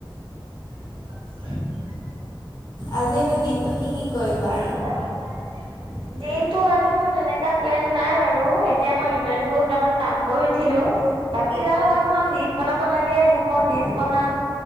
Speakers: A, on the right; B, on the left.
A: <unintelligible>
B: আজি এনে দিনটো কি কি কৰিবা?
A: <unintelligible> দিনটো আজি মোৰ তেনেকা প্লেন নাই বাৰু এতিয়া মই ইন্টাৰ্নশ্বিপৰ দুটামান কাম কৰি উঠিলো। বাকী যানু মই এখন লিষ্ট বনাব লাগে সেইখন লিষ্ট বনাম।